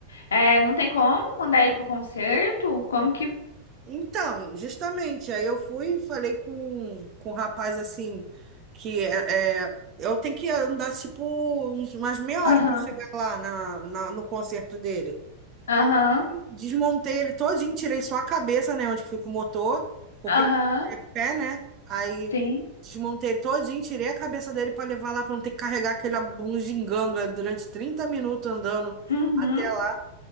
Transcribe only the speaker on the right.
Então, justamente, aí eu fui e falei com, com um rapaz assim, que é, é- eu tenho que andar tipo uns- umas meia hora
para chegar lá na, na- no concerto dele.
Desmontei ele todinho, tirei só a cabeça, né, onde fica o motor, porque
é pé, né? Aí
desmontei ele todinho, tirei a cabeça dele para levar lá para não ter que carregar aquele bugiganga durante 30 minutos andando
até lá.